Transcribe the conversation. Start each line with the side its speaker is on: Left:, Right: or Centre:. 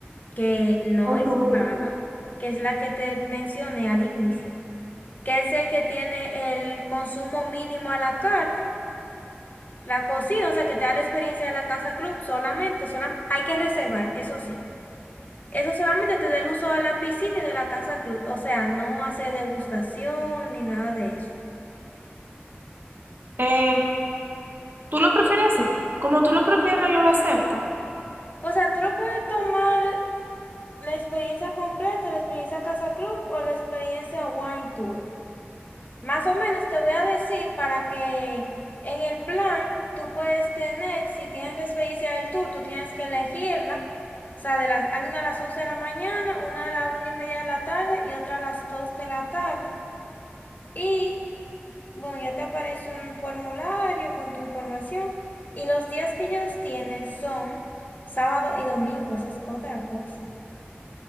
Left: que no
Right: Consumir.
Left: es paga, que es la que te mencioné al inicio, que es el que tiene el consumo mínimo a la carta, la cocina, o sea, que te da la experiencia de la casa club solamente, solam- hay que reservar, eso sí. Eso solamente te da el uso de la piscina y de la casa club, o sea, no hace degustación ni nada de eso.
Right: Eh, ¿Tú lo prefieres así? Como tú lo prefieras, yo lo acepto.
Left: O sea, tú lo puedes tomar ¿La experiencia completa, la experiencia Casa Club o la experiencia Wine Tour? Más o menos te voy a decir para que en el plan tú puedes tener, si tienes la experiencia del tour, tú tienes que elegirla. O sea, de las, hay una a las 11 de la mañana, una a la una y media de la tarde y otra a las 2 de la tarde. Y bueno, ya te aparece un formulario con tu información. Y los días que ellos tienen son sábado y domingo, esa es otra cosa.